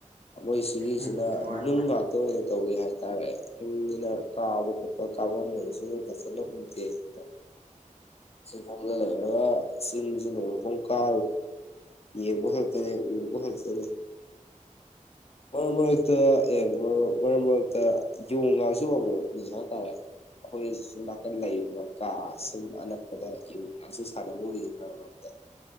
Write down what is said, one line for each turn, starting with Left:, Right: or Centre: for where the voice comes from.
Left: ꯃꯣꯏ ꯁꯤꯒꯤꯁꯤꯅ
Right: ꯎꯝ ꯅꯨꯡꯉꯥꯏ
Left: ꯅꯨꯡ
Right: ꯅꯨꯡꯉꯥꯏ
Left: ꯉꯥꯛꯇ ꯑꯣꯏꯅ ꯇꯧꯋꯤ ꯍꯥꯏꯦ ꯍꯥꯏꯇꯥꯔꯦ ꯅꯨꯡꯒꯤꯅ ꯀꯥꯕ ꯈꯣꯠꯄ ꯀꯥꯐꯝꯗꯁꯨ ꯑꯗꯨ ꯐꯖꯅ ꯎꯨꯠꯇꯦ ꯑ ꯁꯤꯐꯥꯎꯗ ꯂꯩꯔꯒ ꯁꯤꯁꯤꯅ ꯀꯥ ꯌꯦ ꯃꯍꯜꯇꯅꯦ ꯃꯜꯇꯅꯦ ꯃꯔꯛ ꯃꯔꯛꯇ ꯃꯔꯛ ꯃꯔꯛꯇ ꯌꯣꯡꯒꯁꯨ ꯑꯃꯨꯛ ꯎꯏ ꯍꯥꯏꯇꯥꯔꯦ ꯑꯩꯈꯣꯏ ꯁ ꯅꯥꯀꯟ ꯂꯩꯔꯤꯕ ꯀꯥ ꯁꯨꯝ ꯑꯅꯛꯄꯗ ꯌꯣꯡꯒꯁꯨ ꯁꯥꯟꯅꯕ ꯎꯏ ꯃꯔꯛ ꯃꯔꯛꯇ